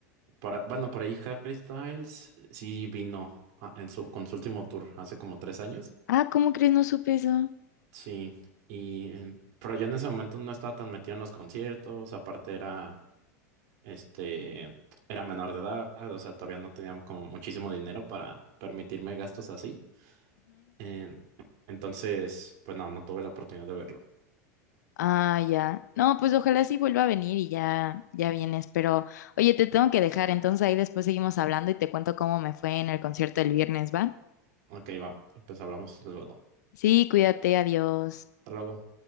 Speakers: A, on the right; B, on the left.
A: para, bueno, por ahí Harry Styles sí vino ah, en su, con su último tour hace como tres años.
B: Ah, ¿cómo crees? No supe eso.
A: Sí, y eh, pero yo en ese momento no estaba tan metido en los conciertos, aparte era este era menor de edad, o sea, todavía no tenía como muchísimo dinero para permitirme gastos así. Eh, entonces, pues no, no tuve la oportunidad de verlo.
B: Ah, ya. No, pues ojalá sí vuelva a venir y ya, ya vienes. Pero, oye, te tengo que dejar, entonces ahí después seguimos hablando y te cuento cómo me fue en el concierto el viernes, ¿va?
A: Ok, va, pues hablamos luego.
B: Sí, cuídate, adiós.
A: Hasta luego.